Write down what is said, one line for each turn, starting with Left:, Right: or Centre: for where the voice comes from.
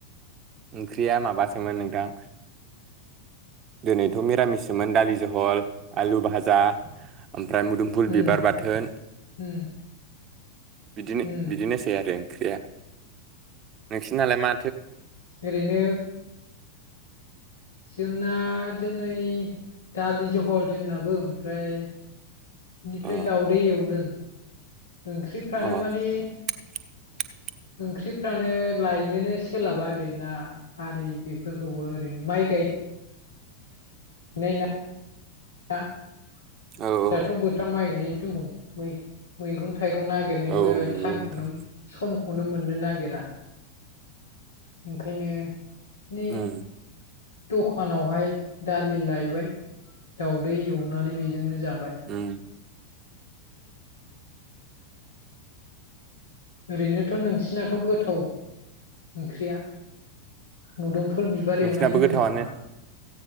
Right: ओंख्रिया माबासोमोन नोंथां दिनैथ' मिरामिसमोन दालि जहल आलु भाजा ओमफ्राय मुदुमफुल
Left: उम
Right: बिबार बाथोन
Left: उम
Right: बिदिनो
Left: उम
Right: बिदिनोसै आरो ओंख्रिया नोंसिनालाय मा
Left: ओरैनो जोंना दिनै दालि जहल जोंनाबो ओमफ्राय इनिफ्राय
Right: अ
Left: दाउदै एवदों ओंख्रिफ्रानो
Right: अ औ
Left: माने
Right: <inaudible>
Left: ओंख्रिफ्रानो लायनोनो सोलाबा ओरै ना आरि बेफोरखौबो ओरै माइ गाय नाय ना <unintelligible>
Right: औ
Left: दाथ' बोथोरा माइ गायनाय दुहुम मैगं थाइगं नागिरनोबो
Right: औ नंगौ
Left: टाइमखौनो
Right: नोंथां
Left: समखौनो मोननो नागिरा ओंखायनो नि
Right: उम
Left: दखानावहाय दालि लायबाय दाउदै एवनानै बेजोंनो जाबाय
Right: उम
Left: ओरैनोथ' नोंसिनाथ' गोथाव ओंख्रिया मुदुमफुल बिबार
Right: नोंसिनाबो
Left: एवनाय होनदोंमोन
Right: गोथावानो
Left: नामा